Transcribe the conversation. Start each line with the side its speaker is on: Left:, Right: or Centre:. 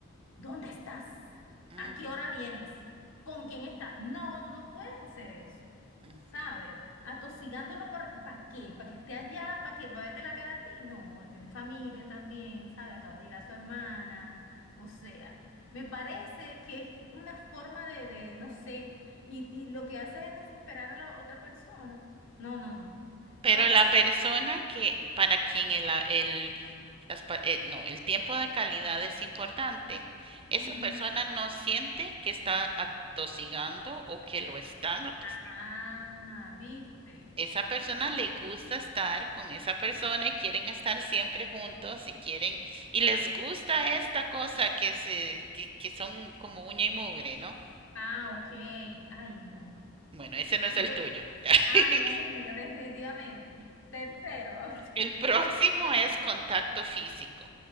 Left: ¿Dónde estás?
Right: mm,
Left: ¿A qué hora vienes? ¿Con quién estás? No, tú no puedes hacer eso,
Right: ujú.
Left: ¿sabes? Atosigándolo para, ¿para qué? ¿Para que esté allá? ¿Para qué? ¿Para verte la cara a ti? No, él tiene familia también, ¿sabes? Acaba de llegar su hermana. O sea, me parece que es una forma de, de no sé, y, y lo que hace es desesperar a la otra persona. No, no, no.
Right: Pero
Left: Dos comas.
Right: la persona que para quien el, a- el- las pa- eh, no, el tiempo de calidad es importante, esa
Left: Ujú.
Right: persona no siente que está atosigando o que lo están atosigando.
Left: Ah, ¿viste?
Right: esa persona le gusta estar con esa persona y quieren estar siempre juntos y quieren y les gusta esta cosa que se que, que son como uña y mugre, ¿no?
Left: Ah, ok. Ay, no.
Right: Bueno, ese no
Left: Porque,
Right: es el tuyo. <laughs>
Left: ah, no es el mío, definitivamente. Tercero. <laughs>
Right: el próximo es contacto físico.